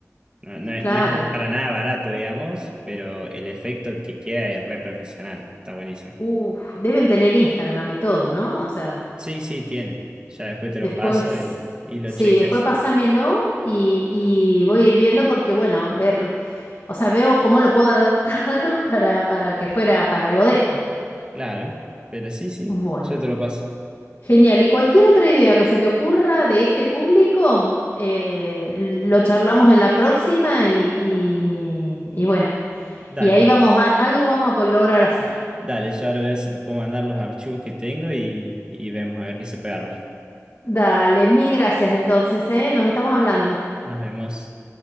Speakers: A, on the right (about 15°); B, on the left (about 50°).
A: No, no es,
B: Claro.
A: no es para nada barato, digamos, pero el efecto que queda es re profesional. Está buenísimo.
B: Uf, deben tener Instagram y todo, ¿no? O sea,
A: Sí, sí, tienen. Ya después te
B: después,
A: lo paso y, y lo
B: sí,
A: chequeas.
B: después pásamelo y, y voy a ir viendo porque, bueno, ver, o sea, veo cómo lo puedo adaptar <laughs> para, para que fuera para algo de esto.
A: Claro, pero sí, sí,
B: Bueno,
A: yo te lo paso.
B: genial. Y cualquier otra idea que se te ocurra de este público, eh, lo charlamos en la próxima y, y, y bueno,
A: Dale,
B: y ahí vamos a, algo vamos a poder lograr hacer.
A: dale, yo ahora veo si te puedo mandar los archivos que tengo y, y vemos a ver qué se puede armar.
B: Dale, mil gracias entonces, ¿eh? Nos estamos hablando.
A: Nos vemos.